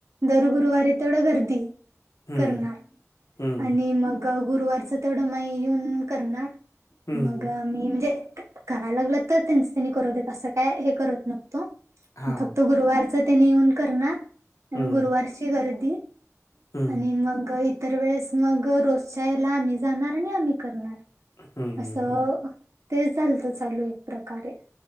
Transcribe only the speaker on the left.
हम्म
हम्म
हम्म
हा
हम्म
हम्म
हम्म